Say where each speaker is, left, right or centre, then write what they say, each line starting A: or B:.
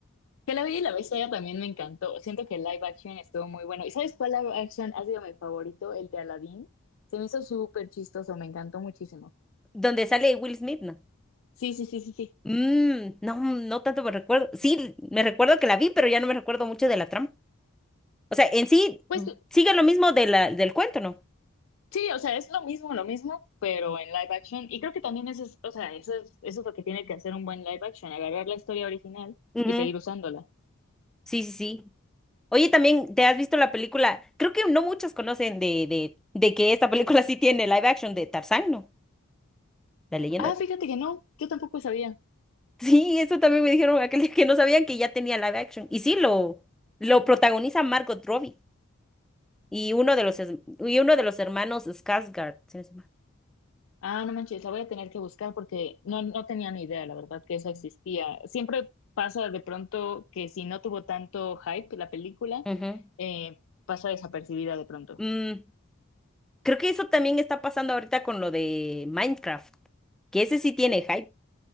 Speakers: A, on the left; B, in the centre.
A: Que La Bella y la Bestia también me encantó. Siento que el live action estuvo muy bueno. ¿Y sabes cuál live action ha sido mi favorito? El de Aladdin. Se me hizo súper chistoso, me encantó muchísimo.
B: donde sale Will Smith, ¿no?
A: Sí, sí, sí, sí, sí.
B: Mm, no, no tanto me recuerdo. Sí, me recuerdo que la vi, pero ya no me recuerdo mucho de la trama. O sea, en sí
A: Pues
B: sigue lo mismo de la, del cuento, ¿no?
A: sí, o sea, es lo mismo, lo mismo, pero en live action. Y creo que también eso es, o sea, eso es, eso es lo que tiene que hacer un buen live action, agarrar la historia original
B: Ujú,
A: y seguir usándola.
B: Sí, sí, sí. Oye, también te has visto la película, creo que no muchos conocen de, de, de que esta película <laughs> sí tiene live action de Tarzán, ¿no? La leyenda
A: Ah,
B: de Tarzán.
A: fíjate que no, yo tampoco sabía.
B: Sí, eso también me dijeron aquel día que no sabían que ya tenía live action. Y sí, lo, lo protagoniza Margot Robbie y uno de los, es- y uno de los hermanos Skarsgård. si no estoy mal.
A: Ah, no manches, la voy a tener que buscar porque no, no tenía ni idea, la verdad, que eso existía. Siempre pasa de pronto que si no tuvo tanto hype la película,
B: Ujú.
A: eh, pasa desapercibida de pronto.
B: Mm, creo que eso también está pasando ahorita con lo de Minecraft, que ese sí tiene hype.